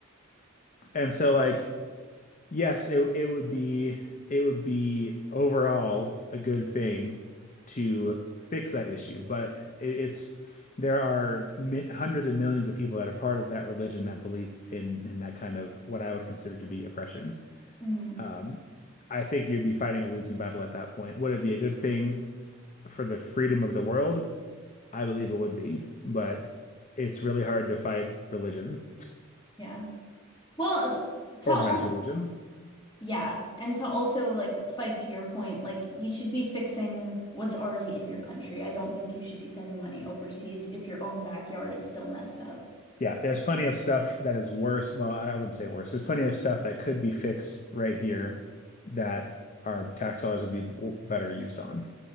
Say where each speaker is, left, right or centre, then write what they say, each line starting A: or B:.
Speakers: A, on the left; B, on the left.
A: And so, like, Yes, it it would be it would be overall a good thing to fix that issue, but it, it's there are mi hundreds of millions of people that are part of that religion that believe in in that kind of what I would consider to be oppression.
B: Mm,
A: Um, I think you'd be fighting a losing battle at that point. Would it be a good thing for the freedom of the world? I believe it would be, but it's really hard to fight religion,
B: yeah. Well, uh, to
A: organized
B: also,
A: religion.
B: yeah, and to also like fight to your point, like you should be fixing what's already in your country. I don't think you should be sending money overseas if your own backyard is still messed up.
A: Yeah, there's plenty of stuff that is worse. Well, I wouldn't say worse. There's plenty of stuff that could be fixed right here that our tax dollars would be w- better used on.